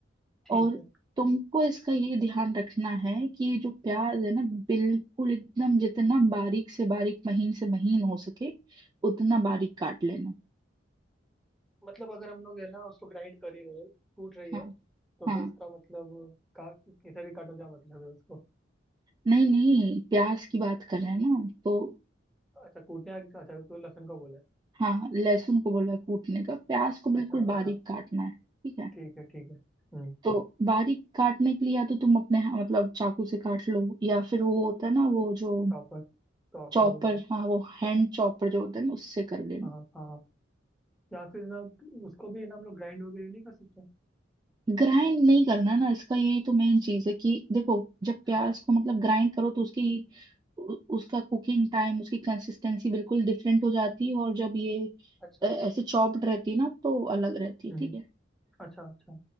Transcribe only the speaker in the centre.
ठीक
है
मतलब अगर हम लोग है ना उसको ग्राइंड कर ही रहे हैं, कूट रही है
तो
फिर उसका मतलब का कैसे भी काटो क्या मतलब है उसको
अच्छा कूटने आगे अच्छा तो लहसुन का बोला है
अच्छा
अच्छा
ठीक है ठीक है हम्म
प्रॉपर प्रॉपर
हो गई
हाँ हाँ हाँ हाँ। या फिर ना उसको भी है ना हम लोग ग्राइंड वगैरह नहीं कर सकते
अच्छा
अच्छा
हम्म
अच्छा अच्छा